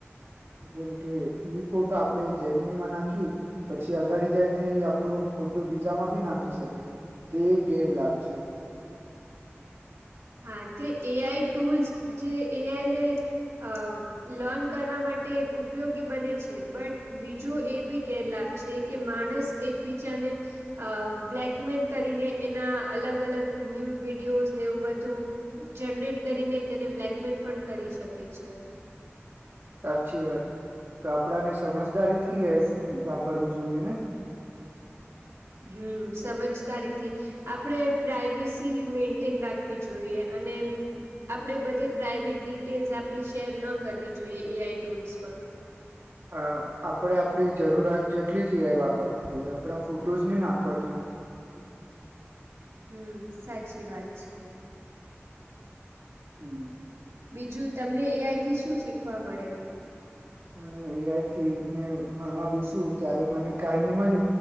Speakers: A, on the right; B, on the right.
A: જેમ કે ઈ ફોટો આપણે જેમીનીમાં નાખી, પછી અગાડી જાયને ઈ આપણું ફોટો બીજામાં બી નાખી શકે, તે ગેરલાભ છે.
B: હા તે એ આઈ ટૂલ્સ જે એ આઈ ને, અહ લર્ન કરવા માટે ઉપયોગી બને છે, બટ બીજો એ બી ગેરલાભ છે કે માણસ એકબીજાને અહ બ્લેકમેલ કરીને એના અલગ-અલગ ન્યૂડ વિડીયોઝને એવું બધું ધું જનરેટ કરીને તેને બ્લેકમેલ પણ કરી શકે છે.
A: સાચી વાત. તો આપડાને સમજદારી થી
B: હમ
A: એસ વાપરું જોઈએ ને?
B: હમ્મ સમજદારીથી આપણેે પ્રાઈવેસી મેન્ટેન રાખવી જોઈએ અને આપણેે બધે પ્રાઇવેટ ડિટેલ્સ આપડી શેર ન કરવી જોઈએ એ આઈ ટુલ્સમાં.
A: હા આપડે આપડી જરૂરાત જેટલી જ એ આઈ વાપરવી જોઈએ. આપણા ફૂટ ડોઝ ન નાખવા જોઈએ.
B: હમ સાચી વાત છે.
A: હમ્મ.
B: બીજું તમને એ આઈથી શું શીખ વા મળે.
A: મ એ આ આઈ થી મેં ભણવા બેસુ ત્યારે મને કઈ ન મળને